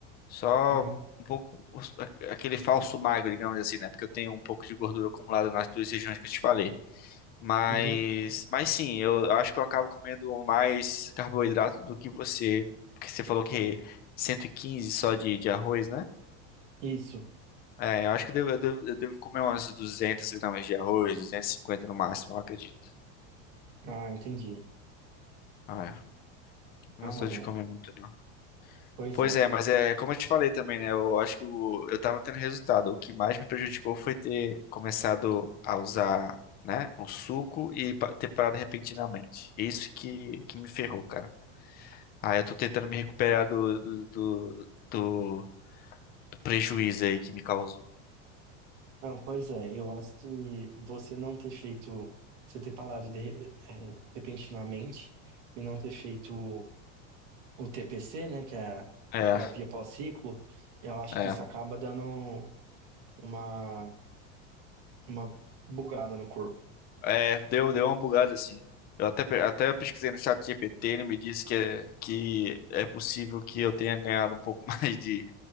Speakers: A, on the left; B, on the right.
A: Só
B: Aham,
A: um pouco os- a- aquele falso magro, digamos assim, né? Porque eu tenho um pouco de gordura acumulada nas duas regiões que eu te falei. Mas,
B: uhum,
A: mas sim, eu, eu acho que eu acabo comendo mais carboidrato do que você, porque você falou que 115 só de, de arroz, né?
B: Isso.
A: É, eu acho que eu devo, eu devo, eu devo comer umas 200 gramas de arroz, 250 no máximo, eu acredito.
B: Ah, entendi.
A: Ah, é. não
B: Ah,
A: sou
B: não,
A: de
B: é.
A: comer muito, não.
B: Pois
A: Pois
B: é.
A: é, mas é como eu te falei também, né? Eu acho que o- eu tava tendo resultado. O que mais me prejudicou foi ter começado a usar, né, o suco e pa- ter parado repentinamente. Isso que, que me ferrou, cara. Ah, eu tô tentando me recuperar do, do, do, do- do prejuízo aí que me causou.
B: Não, pois é, eu acho que você não ter feito, você ter parado de- eh, eh, repentinamente e não ter feito o TPC, né, que é a
A: É,
B: terapia pós-ciclo, eu acho
A: é.
B: que isso acaba dando uma, uma bugada no corpo.
A: É, deu, deu uma bugada assim. Eu até, pe- até pesquisei no chat GPT, ele me disse que é, que é possível que eu tenha ganhado um pouco <laughs> mais de,